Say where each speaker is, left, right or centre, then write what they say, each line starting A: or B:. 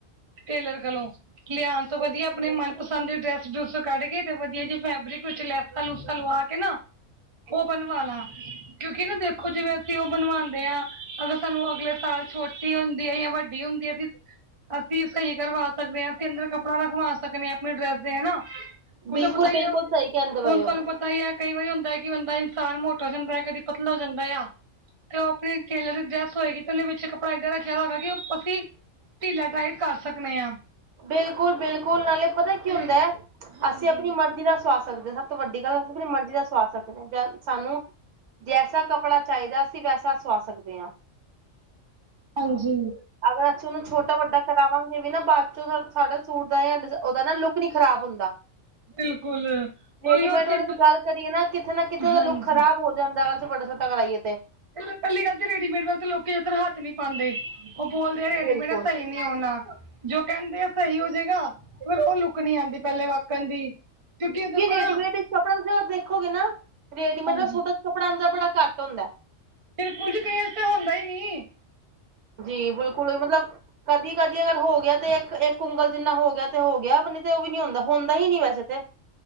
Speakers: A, on the right (about 35°); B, on the right (about 70°).
A: ਟੇਲਰ ਕੋਲੋਂ, ਲਿਆਉਣ ਤੋਂ
B: ਬਿਲਕੁਲ
A: ਵਧੀਆ ਆਪਣੇ
B: ਬਿਲਕੁਲ
A: ਮਨਪਸੰਦ ਡਰੈਸ ਦੂਸ ਕੱਢ ਕੇ ਤੇ ਵਧੀਆ ਜਿ ਫੈਬਰਿਕ ਵਿੱਚ ਲੈਸਾਂ-ਲੂਸਾ ਲਵਾ ਕੇ ਨਾ ਉਹ ਬਣਵਾ ਲਾ, ਕਿਉਂਕਿ ਨਾ ਦੇਖੋ ਜਿਵੇਂ ਅਸੀਂ ਉਹ ਬਣਵਾਉਂਦੇ ਹਾਂ। ਅਦੋਂ ਸਾਨੂੰ ਅਗਲੇ ਸਾਲ ਛੋਟੀ ਹੁੰਦੀ ਹੈ, ਜਾਂ ਵੱਡੀ ਹੁੰਦੀ ਹੈ ਅਸੀ ਅਸੀਂ, ਸਹੀ ਕਰਵਾ ਸਕਦੇ ਹਾਂ। ਅੰਦਰ ਕੱਪੜਾ ਰਖਵਾ ਸਕਦੇ ਆਪਣੇ ਡਰੈਸ ਦੇ ਹੈਨਾ, ਹੁਣ
B: ਬਿਲਕੁਲ
A: ਤਾਂ ਪਤਾ
B: ਬਿਲਕੁਲ
A: ਹੀ ਹੈ,
B: ਸਹੀ ਕਹਿੰਦੇ ਪਏ
A: ਹੁਣ
B: ਹੋ
A: ਤੁਹਾਨੂੰ ਪਤਾ ਸਹੀ ਹੈ, ਕਈ ਵਾਰੀ ਹੁੰਦਾ ਹੈ ਕਿ ਬੰਦਾ, ਇਨਸਾਨ ਮੋਟ ਹੋ ਜਾਂਦਾ ਹੈ, ਕਦੀ ਪਤਲ ਹੋ ਜਾਂਦਾ ਆ, ਤੇ ਉਹ ਆਪਣੀ ਟੇਲਰ ਦੀ ਡਰੈਸ ਹੋਏਗੀ ਤੇ, ਉਹਨੇ ਵਿੱਚ ਕੱੜਾ ਇਏਦਾਂ ਰੱਖਿਆ ਹੋਗਾ ਕਿ ਉਹ ਅਸੀ ਢਿੱਲਾ-ਟਾਈਟ-ਕਰ ਸਕਦੇ ਹਾਂ।
B: ਬਿਲਕੁਲ-ਬਿਲਕੁਲ, ਨਾਲੇ ਪਤਾ ਕੀ
A: ਤੇ
B: ਹੁੰਦਾ ਹੈ,
A: ਹਾਂਜੀ
B: ਅਸੀਂ ਆਪਣੀ ਮਰਜ਼ੀ ਦਾ ਸਵਾ ਸਕਦੇ ਸਭ ਤੋਂ ਵੱਡੀ ਗੱਲ ਮਰਜ਼ੀ ਦਾ ਸਵਾ ਸਕਦੇ ਜਾਂ ਸਾਨੂੰ ਜੈਸਾ ਕੱਪੜਾ ਚਾਹੀਦਾ, ਅਸੀਂ ਵੈਸਾ ਸਵਾ ਸਕਦੇ ਹਾਂ।
A: ਹਾਂਜੀ
B: ਅਗਰ ਅਸੀਂ, ਉਹਨੂੰ ਛੋਟਾ-ਵੱਡਾ ਕਰ ਕਰਾਵਾਂਗੇ ਵੀ ਨਾ ਬਾਅਦ ਚੋਂ, ਸਾਡਾ ਸੂਟ ਦਾ ਜਾਂ ਉਹਦਾ ਨਾ, ਲੁੱਕ ਨੀ ਖਰਾਬ ਹੁੰਦਾ।
A: ਬਿਲਕੁਲ
B: ਰੇਡੀਮੇਡ
A: ਉਹੀਓ ਅਸੀਂ
B: ਬਾਰੇ ਤਾਂ ਗੱਲ ਕਰੀਏ ਨਾ, ਕਿਥੇ ਨਾ-ਕਿਥੇ, ਉਹਦਾ
A: ਹਾਂਜੀ
B: ਲੁੱਕ ਖਰਾਬ ਹੋ ਜਾਂਦਾ ਵਾਸੇ ਬਡਾ-ਛੋਟਾ ਕਰਈਏ ਤੇ
A: ਚ ਪਹਿਲੀ ਗੱਲ ਤੇ ਰੈਡੀਮੇਡ ਵੱਲ ਤੇ ਲੋਕੀ ਇਦਰ ਹੱਥ ਨੀ ਪਾਉਂਦੇ ਉਹ ਬੋਲਦੇ ਆ ਰੇਡੀਮੇਡ
B: ਬਿਲਕੁਲ
A: ਸਹੀ ਨੀ ਆਉਣਾ ਜੋ ਕਹਿੰਦੇ ਆ ਸਹੀ ਹੋ ਜਾਏਗਾ, ਫਿਰ ਉਹ ਲੁੱਕ ਨਹੀਂ ਆਉਂਦੀ, ਪਹਿਲੇ ਵਾਕਣ ਦੀ ਕਿਉਂਕਿ ਇਹ ਦੇਖੋ
B: ਕਿਉ ਰੇਡੀਮੇਡ
A: ਨਾ
B: ਕੱਪੜ ਦੇਖੋਗੇ ਨਾ, ਰੇਡੀਮੇਡ
A: ਹਾਂਜੀ
B: ਸੂਟਾਂ ਚ ਕੱਪੜਾ ਅੰਦਰ ਬੜਾ ਘਟ ਹੁੰਦਾ ਹੈ।
A: ਤਿਲ ਕੁਝ ਕਈ ਤੇ ਹੁੰਦਾ ਹੀ ਨਹੀਂ
B: ਜੀ, ਬਿਲਕੁਲ ਹੀ ਮਤਲਬ ਕਦੀ-ਕਦੀ ਅਗਰ ਹੋ ਗਿਆ ਤੇ, ਇੱਕ-ਇੱਕ ਉੁੰਂਗਲ ਜਿੰਨਾ ਹੋ ਗਿਆ, ਤੇ ਹੋ ਗਿਆ ਤੇ ਹੋ ਗਿਆ ਨੀ ਤੇ ਉਹ ਵੀ ਨੀ ਹੁੰਦਾ-ਹੁੰਦਾ ਹੀ ਨੀ ਵੈਸੇ ਤੇ। <inaudible>